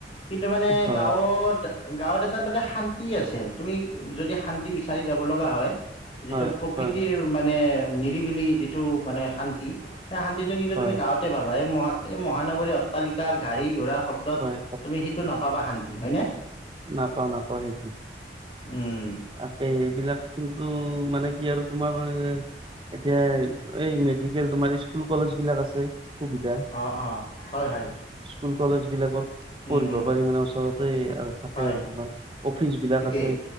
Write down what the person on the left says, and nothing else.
কিন্তু মানে
গাঁৱত, গাঁৱত এটা মানে শান্তি আছে তুমি। যদি শান্তি বিচাৰি যাব লগা হয় যিটো
প্ৰকৃতিৰ
ম নিৰিবিলি যিটো মানে শান্তি সে শান্তিটো কিন্তু
তুমি গাঁৱতে পাবা মহ এই মহানগৰী অট্টালিকা গাড়ী ঘোৰা শব্দত
তুমি সেইটো নাপাবা শান্তি হয়নে।
উম,
অ অ, হয়, হয়,
উম, উম,
হয়
ঠিকেই